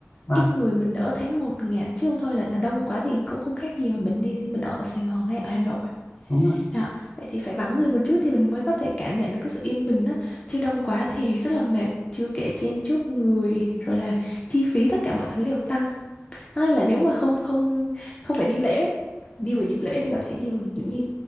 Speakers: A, on the left (about 60°); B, on the left (about 25°).
A: vâng
B: Ít người mình đỡ thấy ngột ngạt chứ không thôi là nó đông quá thì cũng không khác gì mà mình đi mình ở Sài Gòn hay ở Hà Nội.
A: đúng ạ
B: Đó, vậy thì phải vắng người một chút thì mình mới có thể cảm nhận được cái sự yên bình á. Chứ đông quá thì rất là mệt, chưa kể chen chúc người rồi là chi phí tất cả mọi thứ đều tăng. Thế Nên là nếu mà không không không phải đi lễ, đi vào dịp lễ thì có thể đi vào những dịp